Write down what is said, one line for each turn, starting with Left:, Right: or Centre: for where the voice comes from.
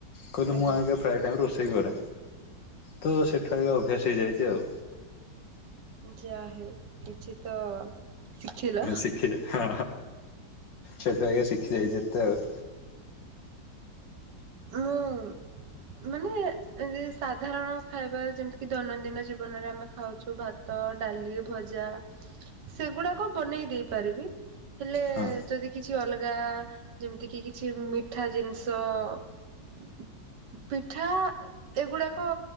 Left: କହିଲି
Right: ଆଜ୍ଞା
Left: ମୁଁ ଆଗେ ପ୍ରାଏ ଟାଇମ୍ ରୋଷେଇ କରେ ତ ସେଠୁ ଆଗ ଅଭ୍ୟାସ ହେଇଯାଇଛି ଆଉ।
Right: ଯାହାହେଉ କିଛି ତ ଶିଖିଲ
Left: ଶିଖିଲି ହଁ ସେଠୁ ଆଜ୍ଞା ଶିଖି ଯାଇଛିତ ଆଉ।
Right: ମୁଁ ମାନେ ସାଧାରଣ ଖାଇବା ଯେମିତି କିି ଦୈନନ୍ଦିନ ଜୀବନରେ ଆମେ ଖାଉଛୁ ଭାତ ତ ଡାଲି ଭଜା ସେଗୁଡାକ ବନେଇ ଦେଇପାରିବି ହେଲେ
Left: ହଁ
Right: ଯଦି କିଛି ଅଲଗା ଯେମିତି କିି କିଛି ମିଠା ଜିନିଷ ହୁଁ ପିଠା ଏଗୁଡାକ